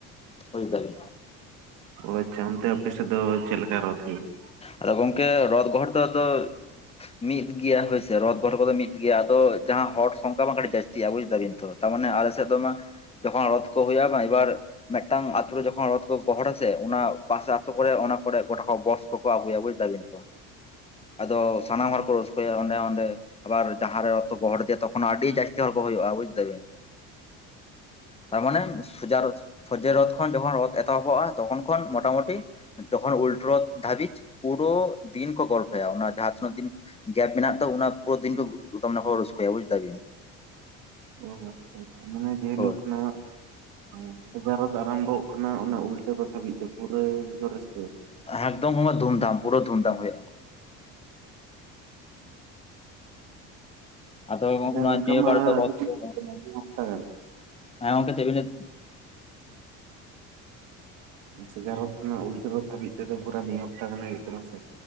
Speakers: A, on the left (about 20°); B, on the right (about 80°).
A: ᱵᱩᱡᱽ ᱫᱟᱹᱵᱤᱱ
B: ᱚ ᱟᱪᱷᱟ ᱚᱱᱛᱮ ᱚᱯᱮ ᱥᱮᱫ ᱫᱚ ᱪᱮᱫ ᱞᱮᱠᱟ ᱨᱳᱛ ᱦᱩᱭᱩᱜᱼᱟ?
A: ᱟᱫᱚ ᱜᱚᱝᱠᱮ ᱨᱚᱛ ᱜᱚᱦᱚᱲ ᱫᱚ ᱟᱫᱚ ᱢᱤᱫ ᱜᱮᱭᱟ ᱦᱳᱭᱥᱮ ᱨᱚᱛ ᱜᱚᱦᱚᱲ ᱠᱚᱫᱚ ᱢᱤᱫ ᱜᱮᱭᱟ ᱟᱫᱚ ᱡᱟᱦᱟᱸ ᱦᱚᱲ ᱥᱚᱝᱠᱷᱟ ᱢᱟ ᱠᱟᱹᱴᱤᱡ ᱡᱟᱹᱥᱛᱤ ᱟ ᱵᱩᱡᱽ ᱫᱟᱵᱤᱱ ᱛᱷᱚ ᱛᱟᱨᱢᱟᱱᱮ ᱟᱞᱮ ᱥᱮᱫ ᱫᱚ ᱢᱟ ᱡᱚᱠᱷᱚᱱ ᱨᱚᱛ ᱠᱚ ᱦᱩᱭᱩᱜᱼᱟ ᱵᱟᱝ ᱮᱵᱟᱨ ᱢᱤᱫᱴᱟᱝ ᱟᱛᱳ ᱨᱮ ᱡᱚᱠᱷᱚᱱ ᱨᱚᱛ ᱠᱚ ᱜᱚᱦᱚᱲ ᱥᱮ ᱚᱱᱟ ᱯᱟᱥᱮ ᱟᱛᱳ ᱠᱚᱨᱮ ᱚᱱᱟ ᱠᱚᱨᱮ ᱜᱚᱴᱟ ᱠᱚ ᱵᱚᱥ ᱠᱚᱠᱚ ᱟᱹᱜᱩᱭᱟ ᱵᱩᱡᱽ ᱫᱟᱵᱤᱱ ᱛᱚ, ᱟᱫᱚ ᱥᱟᱱᱟᱢ ᱦᱚᱲ ᱠᱚ ᱨᱟᱹᱥᱠᱟᱹᱭᱟ ᱚᱸᱰᱮ ᱚᱸᱰᱮ᱾ ᱟᱵᱟᱨ ᱡᱟᱦᱟᱸᱨᱮ ᱨᱚᱛ ᱠᱚ ᱜᱚᱦᱚᱲ ᱤᱫᱤᱭᱟ ᱛᱚᱠᱷᱚᱱ ᱟᱹᱰᱤ ᱡᱟᱹᱥᱛᱤ ᱦᱚᱲ ᱠᱚ ᱦᱩᱭᱩᱜᱼᱟ ᱵᱩᱡᱽ ᱫᱟᱹᱵᱤᱱ ᱛᱟᱨ ᱢᱟᱱᱮ ᱥᱩᱡᱟᱨ ᱥᱚᱡᱮ ᱨᱚᱛ ᱠᱷᱚᱱ ᱡᱚᱠᱷᱚᱱ ᱨᱚᱛ ᱮᱛᱚᱦᱚᱵᱚᱜᱼᱟ ᱛᱚᱠᱷᱚᱱ ᱠᱷᱚᱱ ᱢᱚᱴᱟᱢᱩᱴᱤ ᱡᱚᱠᱷᱚᱱ ᱩᱞᱴᱨᱚ ᱫᱷᱟᱹᱵᱤᱪ ᱯᱩᱨᱚ ᱫᱤᱱ ᱠᱚ ᱜᱚᱞᱯᱚᱭᱟ ᱚᱱᱟ ᱡᱟᱦᱟᱸ ᱛᱤᱱᱟᱹᱜ ᱫᱤᱱ ᱜᱮᱯ ᱢᱮᱱᱟᱜ ᱛᱚ ᱚᱱᱟ ᱯᱩᱨ ᱫᱤᱱ ᱫᱚ ᱚᱱᱟ ᱠᱚ ᱨᱟᱹᱥᱠᱟᱹᱭᱟ ᱵᱩᱡᱽ ᱫᱟᱵᱤᱱ
B: ᱚ ᱟᱪᱷᱟ ᱟᱪᱷᱟ ᱢᱟᱱᱮ ᱡᱮᱦᱤᱞᱳᱜ
A: ᱦᱳᱭ
B: ᱠᱷᱚᱱᱟᱜ ᱮᱸ ᱥᱩᱵᱮᱛ ᱵᱷᱟᱨᱚᱛ ᱟᱨᱟᱢᱵᱷᱚᱜ ᱠᱟᱱᱟ ᱚᱱᱟ ᱩᱞᱴᱟᱹ ᱨᱚᱛ ᱦᱟᱹᱵᱤᱡ ᱛᱮ ᱯᱩᱨᱟᱹ ᱨᱟᱹᱥᱠᱟᱹ
A: ᱮᱠᱫᱚᱢ ᱚᱱᱟ ᱫᱷᱩᱢᱫᱷᱟᱢ ᱯᱩᱨᱟᱹ ᱫᱷᱩᱢᱫᱷᱟᱢ ᱦᱩᱭᱩᱜᱼᱟ ᱾ ᱟᱫᱚ
B: ᱛᱟᱦᱚᱞᱮ
A: ᱚᱱᱟ
B: ᱚᱱᱠᱟ
A: ᱱᱤᱭᱟᱹ
B: ᱢᱟ
A: ᱵᱟᱨ ᱫᱚ
B: ᱟᱹᱰᱤ
A: ᱨᱚᱛ
B: ᱫᱤᱱ
A: ᱫᱚ
B: ᱦᱩᱭᱩᱜ ᱠᱟᱱᱟ ᱢᱤᱫ ᱦᱟᱯᱛᱟ
A: ᱦᱮᱸ ᱜᱚᱝᱠᱮ ᱪᱮᱫ ᱵᱤᱱ ᱞᱟᱹᱭ ᱫᱟ
B: ᱥᱮᱜᱟᱨᱚᱛ ᱠᱷᱚᱱᱟᱜ ᱩᱞᱴᱟᱹ ᱨᱚᱛ ᱦᱟᱹᱵᱤᱡ ᱛᱮᱫᱚ ᱯᱩᱨᱟᱹ ᱢᱤᱫ ᱦᱟᱯᱛᱟ ᱜᱟᱱᱮ ᱦᱩᱭᱩᱜ ᱛᱟᱢᱟ ᱥᱮ